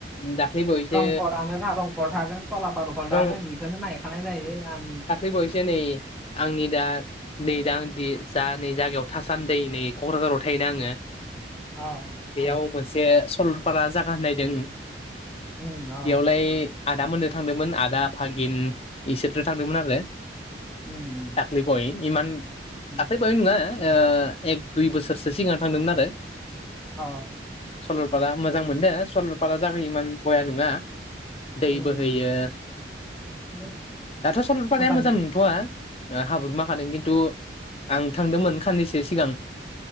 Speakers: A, on the left (about 35°); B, in the centre.
A: दाख्लै बावैसो
B: दंखरआनो ना दंखर थागोन थलापार दखल
A: रं
B: थागोन बेखौनो नायखानाय जायो आं
A: बायैसो नै आंनि दा नै दा आं दि जा नै जायगायाव थासान्दि नै क'क्राझाराव थायोना आङो।
B: औ
A: बेयाव मोनसे सलपारा जागा होननायदों
B: उम औ
A: बेयावलाय आदाम मोनद थांदोंमोन आदा फागिन इसोरथ थांदोंमोन आरो।
B: उम
A: दाखलि पि इान
B: उम
A: दाखलि पाह नङा एक दुइ बोसोरसो सिगां थांदोंमोन आरो।
B: अ
A: सलपारा मोजां मोनदों सरलपारा जागो इमान बया नङा दै
B: उम
A: बोहैयो
B: उम
A: दाथ' सललपारकाया
B: भुटान
A: मोजां नंथ'वा हाबुर माखादों खिन्थु आं थांदोंमोन साननैसो सिगां